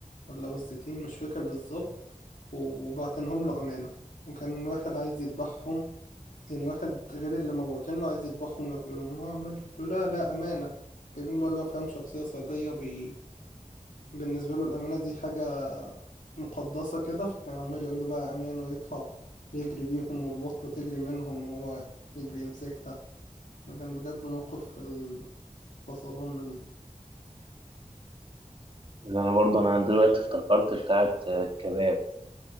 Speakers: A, on the left (about 80°); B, on the right (about 40°).
A: ولا وزتين مش فاكر بالظبط و- وبعتنهم له أمانة وكان واحد عايز يذبحهم يعني واحد غير اللي ما بعتن له عايز يذبحهم وياكلهم هو عمال يقول له لا لا أمانة جايبين بقى لو فاهم شخصية صعيدية بي... بالنسبة له الأمانة دي حاجة مقدسة كده فكان عمال يقول له بقى أمانة ويطلع يجري بيهم والبطة تجري منهم وهو يجري يمسكها ده كان بجد موقف في الفصلان منه
B: اللي أنا برضه أنا دلوقتي افتكرت بتاعة آه، كباب